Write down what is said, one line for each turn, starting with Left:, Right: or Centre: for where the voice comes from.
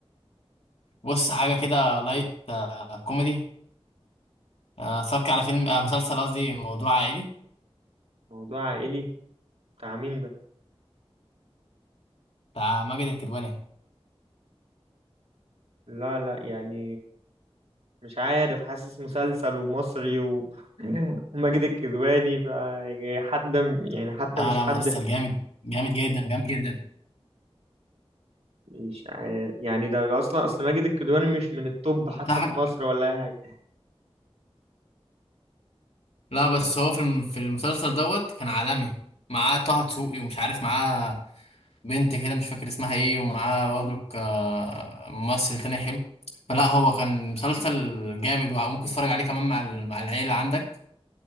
Left: بص حاجة كده لايت آه، كوميدي آه، اتفرج على فيلم آه، مسلسل قصدي موضوع عائلي
Right: موضوع عائلي بتاع مين ده
Left: بتاع ماجد الكدواني
Right: لا لا يعني مش عارف حاسس مسلسل ومصري و... <laughs> وماجد الكدواني ف يعني حد يعني حتى
Left: لا
Right: مش
Left: لا
Right: حد
Left: مسلسل جامد جامد جدا جامد جدا
Right: مش عارف يعني ده اصلا اصل ماجد الكدواني مش من التوب حتى
Left: انصحك
Right: في مصر ولا اي حاجه
Left: لا بس هو في الم- في المسلسل دوت كان عالمي معاه طه دسوقي ومش عارف معاه بنت كده مش فاكر اسمها ايه ومعاه برضه آه، ممثل تاني حلو فلا هو كان مسلسل جامد وممكن تتفرج عليه كمان مع ال- مع العيلة عندك